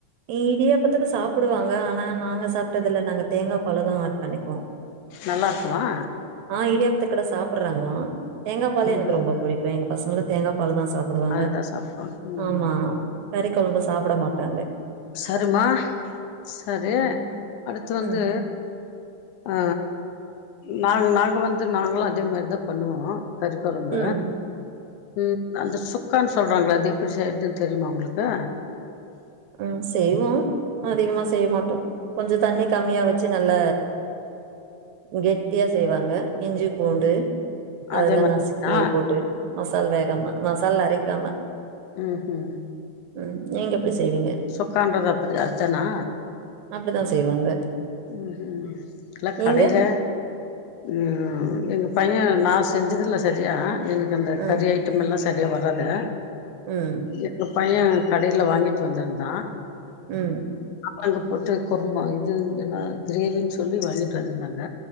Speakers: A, on the right; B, on the left.
A: இடியாப்பத்துக்கு சாப்பிடுவாங்க ஆனா நாங்க சாப்ட்டது இல்ல நாங்க தேங்கா பாலு தா ஆட் பன்னிக்குவோ
B: நல்லா இருக்குமா
A: ஆ இடியாபத்து குட சாப்பிடுறாங்களா தேங்கா பாலு
B: ம்
A: எனக்கு
B: ம்
A: ரொம்ப புடிக்கு எங்க பசங்களு தேங்கா பாலு தா சாப் பிடுவாங்க
B: அதுதா சாப்டுவாங்க ம்
A: ஆமா
B: ம்
A: கறி கொழம்பு சாப்பிட மாட்டாங்க
B: சரிமா சரி
A: ம்,
B: அடுத்து வந்து
A: ம்,
B: ஆ நாங் நாங்க வந்து நாங்களு அதே மாரிதா பண்ணுவோ கறி கொழம்ப
A: ம்,
B: ம் அந்த சுக்கான் சொல்றாங்கள அது எப்படி செய்றதுன் தெரியுமா உங்களுக்கு
A: ம் செய்வோ அதிகமா செய்ய மாட்டோ கொஞ்சோ தண்ணி கம்மியா வச்சு நல்ல கெட்டியா செய்வாங்க இஞ்சி பூண்டு அதெல்லா
B: அதே மாரியா
A: நசுக்கி போட்டு மசால் வேகாமா மசால் அரைக்காம
B: ம் ம்
A: ம் நீங்க எப்டி செய்வீங்க
B: சுக்கான்றது அப்டி அத்தானா
A: அப்டித்தா செய்வாங்க
B: ம்ம் எல்லா கடைல
A: நீங்க?
B: ம் எங்க பைய நா செஞ்சதுல்ல சரியா எனக்கு அந்த
A: அ.
B: கறிய ஐட்டமுல்லா சரியா வராது
A: ம்
B: எங்க பைய கடைல வாங்கிட்டு வந்துருந்தா
A: ம்
B: அங்க போட்டு குருமா இது என்னா கிரேவின் சொல்லி வாங்கிட்டு வந்துருந்தாங்க